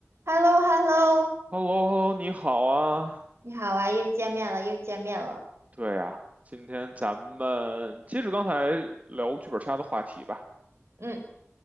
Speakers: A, on the right; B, on the right.
A: h e l l o h e l l o
B: h e l l o h e l l o 你好啊。
A: 你好啊，又见面了，又见面了。
B: 对呀，今天咱们接着刚才聊剧本杀的话题吧。
A: 嗯，